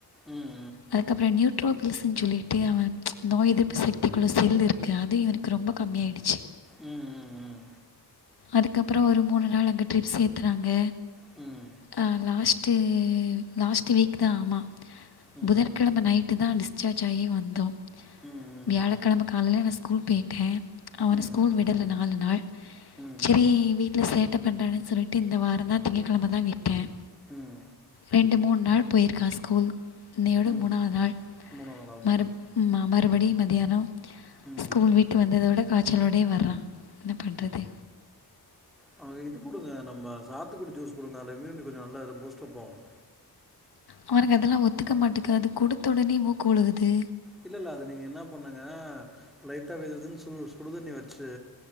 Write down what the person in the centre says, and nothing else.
ம் ம்
உம் உம் உம்
ம் ம்
ம்
ம் ம்
ம் ம்
ம் ம்
உம்
ம்
மூணு நாளாகுமா
ம்
அவங்க இது கொடுங்க நம்ம சாத்துக்குடி ஜூஸ் கொடுங்க <unintelligible> கொஞ்சம் நல்லா பூஸ்ட்ப்பாவும்
இல்ல இல்ல அது நீங்க என்ன பண்ணுங்க லைட்டா வெது வெதுன்னு சு சுடுதண்ணி வெச்சு